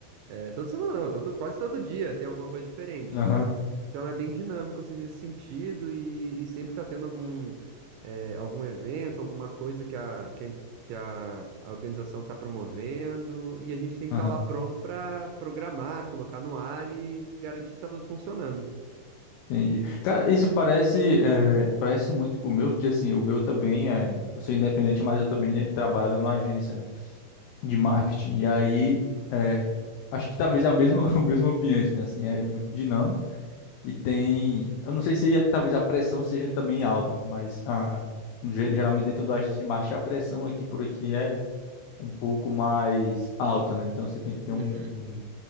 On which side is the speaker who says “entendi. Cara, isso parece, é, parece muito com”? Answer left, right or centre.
Left